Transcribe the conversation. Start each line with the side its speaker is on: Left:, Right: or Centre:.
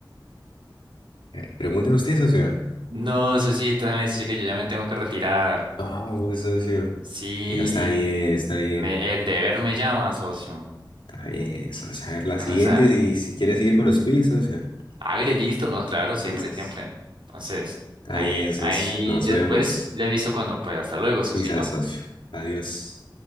Left: ver, Pregúnteme usted, socio.
Right: No, socito, déjame decir que yo ya me tengo que retirar.
Left: No, socio.
Right: Sí,
Left: Pero está bien, está bien.
Right: me, el deber me llama, socio.
Left: Está bien, socio. A ver, la
Right: Entonces,
Left: siguiente,
Right: ah,
Left: si, si quiere seguir con los quiz, socio.
Right: hágale listo, ¿no? Claro, siempre,
Left: Sí, socio.
Right: siempre. Entonces,
Left: Está
Right: ahí,
Left: bien, socio.
Right: ahí
Left: Nos
Right: después
Left: vemos.
Right: le aviso cuando pueda. Hasta luego,
Left: Sí,
Right: socito.
Left: se asocio. Adiós.